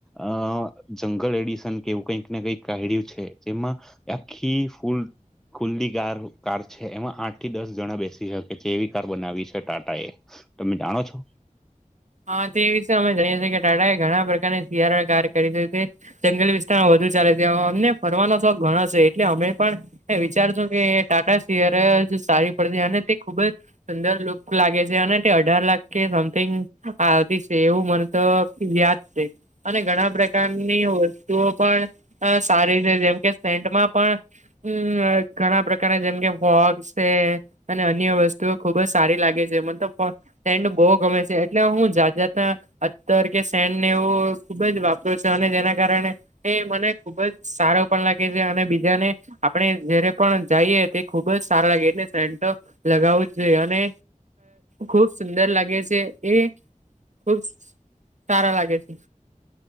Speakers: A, in the centre; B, on the right (about 60°).
A: અ જંગલ એડિશન કે એવું કઈક ને કઈક કાઢ્યું છે, જેમાં આખી ફૂલ ખુલ્લી કાર કાર છે, એમાં આઠ થી દસ જણા બેસી શકે છે એવી કાર બનાવી છે, ટાટા એ તમે જાણો છો?
B: હા, તે વિશે અમે જઈએ છીએ કે ટાટા એ ઘણા પ્રકારની સીયારા કાર કરી છે. જંગલી વિસ્તારમાં વધુ ચાલે છે, અમને ફરવાનો શોખ ઘણો છે એટલે અમે પણ હ વિચારશો કે ટાટા સિયારા જ સારી પડતી અને તે ખૂબ જ સુંદર લુક લાગે છે, અને તે અઢાર લાખ કે સમથિંગ હા, છે એવું મને તો યાદ છે. અને ઘણા પ્રકારની વસ્તુઓ પણ અ સારી રીતે જેમ કે સેન્ટમાં પણ હમ્મ ઘણા પ્રકારના જેમ કે વોક્ષ છે. અને અન્ય વસ્તુઓ ખુબ જ સારી લાગે છે, મતલબ સેન્ડ બહુ ગમે છે. એટલે હું જાત જાતના અતર કે સેન્ટને એવો ખુબ જ વાપરૂ છે અને જેના કારણે એ મને ખુબ જ સારો પણ લાગે અને બીજાને આપણે જયારે પણ જઈએ તે ખુબ જ સારા લાગે એટલે સેન્ટ લગાવવું જોઈએ અને ખુબ સુંદર લાગે છે. એ ખુબ સારા લાગે છે.